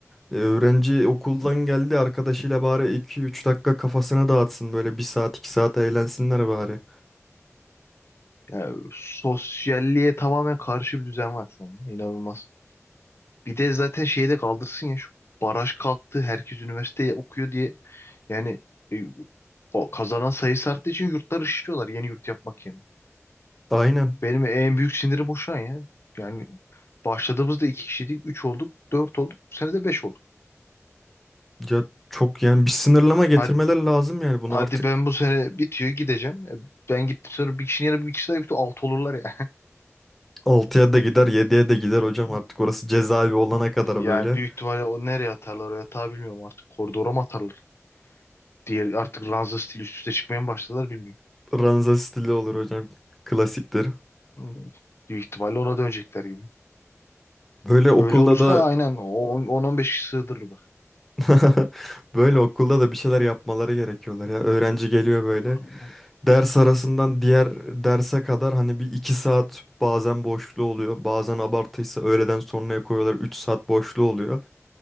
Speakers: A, in the centre; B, on the left (about 55°).
A: E, öğrenci okuldan geldi arkadaşıyla bari iki üç dakika kafasını dağıtsın. Böyle bir saat 2 saat eğlensinler bari.
B: Yani sosyalliğe tamamen karşı bir düzen var şu an. İnanılmaz. Bir de zaten şeyi de kaldırsın ya şu baraj kalktı. Herkes üniversite okuyor diye. Yani e, o kazanan sayısı arttığı için yurtlar ışıtıyorlar yeni yurt yapmak yerine.
A: Aynen.
B: Benim en büyük sinirim o şu an ya. Yani başladığımızda iki kişiydik. Üç olduk. Dört olduk. Bu sene de beş olduk.
A: Ya çok yani bir sınırlama getirmeler
B: Hadi,
A: lazım yani bunu
B: hadi
A: artık
B: ben bu sene bitiyor gideceğim. E, Ben gittim sonra bir kişinin yerine bir kişi daha gitti. Altı olurlar ya.
A: altıya da gider yediye de gider hocam
B: <laughs>
A: artık orası cezaevi olana kadar
B: Yani
A: böyle.
B: büyük ihtimalle o nereye atarlar o yatağı bilmiyorum artık. Koridora mı atarlar? Diğer artık ranza stili üst üste çıkmaya mı başladılar bilmiyorum.
A: Ranza stili olur hocam. Klasiktir.
B: Hı. Büyük ihtimalle ona dönecekler gibi.
A: Böyle okulda
B: Öyle olursa
A: da
B: aynen o 10-15 kişi sığdırır bak.
A: <laughs> böyle
B: Hı,
A: okulda da bir şeyler yapmaları gerekiyorlar ya. Öğrenci geliyor böyle.
B: hı, hı.
A: Ders arasından diğer derse kadar hani bir iki saat bazen boşluğu oluyor. Bazen abartıysa öğleden sonraya koyuyorlar. Üç saat boşluğu oluyor.